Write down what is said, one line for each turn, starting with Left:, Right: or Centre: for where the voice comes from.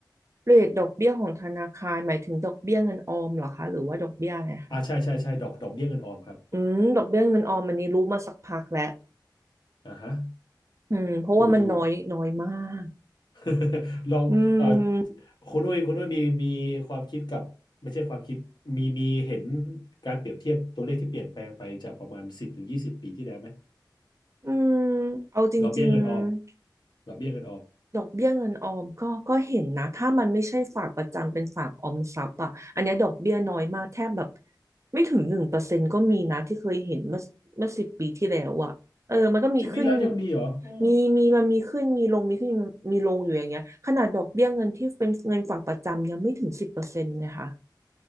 Right: เรทดอกเบี้ยของธนาคารหมายถึงดอกเบี้ยเงินออมเหรอคะหรือว่าดอกเบี้ยอะไรคะ
Left: อ่าใช่ใช่ใช่ดอกดอกเบี้ยเงินออมครับ
Right: อืมดอกเบี้ยเงินออมอันนี้รู้มาสักพักแล้ว
Left: อ่าฮะ
Right: อืมเพราะว่ามันน้อยน้อยมาก
Left: อยู่อยู่ <laughs> ลองเอ่อ
Right: อืม
Left: คุณด้วยคุณด้วยมีมีความคิดกับไม่ใช่ความคิดมีมีเห็นการเปรียบเทียบตัวเลขที่เปลี่ยนแปลงไปจากประมาณสิบถึงยี่สิบปีที่แล้วไหม
Right: อืมเอาจริงๆ
Left: ดอกเบี้ยเงินออมดอกเบี้ยเงินออม
Right: ดอกเบี้ยเงินออมก็ก็เห็นนะ ถ้ามันไม่ใช่ฝากประจำเป็นฝากออมทรัพย์อ่ะอันเนี้ยดอกเบี้ยน้อยมากแทบแบบไม่ถึงหนึ่งเปอร์เซ็นต์ก็มีนะที่เคยเห็นเมื่อเมื่อสิบปีที่แล้วอ่ะเออมันก็มีขึ้น
Left: สิบปีแล้วยังมีเหรออ๋อ
Right: มีมีมันมีขึ้นมีลงมีขึ้นมีลงอยู่อย่างเงี้ยขนาดดอกเบี้ยเงินที่เป็นเงินฝากประจำยังไม่ถึงสิบเปอร์เซ็นต์เลยค่ะ